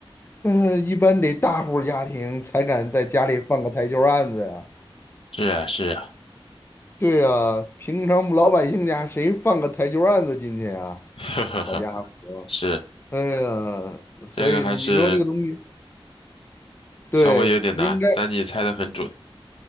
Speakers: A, on the left; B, on the left.
A: 呃，一般得大户家庭才敢在家里放个台球案子呀。
B: 是啊是啊，
A: 对呀，平常老百姓家谁放个台球案子进去啊？
B: <laughs> 呵呵呵，
A: 好家伙，
B: 是，
A: 哎呀，所以你说这个东西，
B: 这个还是
A: 对，
B: 稍微有点难，
A: 应该，
B: 但你猜的很准，